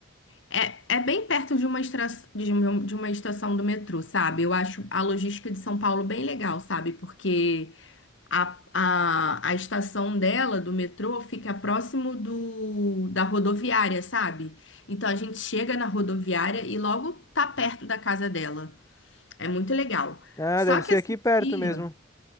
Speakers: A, on the left; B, on the left.
A: É, é bem perto de uma, estra- de um- de uma estação do metrô, sabe? Eu acho a logística de São Paulo bem legal, sabe? Porque a, a, a estação dela, do metrô, fica próximo do, da rodoviária, sabe? Então a gente chega na rodoviária e logo tá perto da casa dela. É muito legal.
B: Ah,
A: Só
B: deve ser
A: que essa
B: aqui perto
A: tia.
B: mesmo.